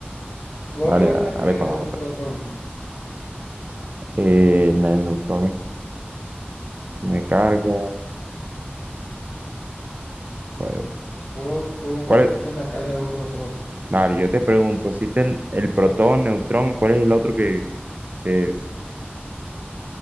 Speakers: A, on the left; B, on the right.
A: ¿Cómo
B: Vale,
A: es
B: ah,
A: la carga
B: dale con la
A: de
B: otra.
A: un protón?
B: Eh, la- el neutrón tiene carga. ¿Cuál,
A: ¿Cómo, cómo crees
B: cuál es?
A: tú que es la carga de un protón?
B: Vale, yo te pregunto, ¿existe el, el protón, neutrón y cuál es el otro que, que es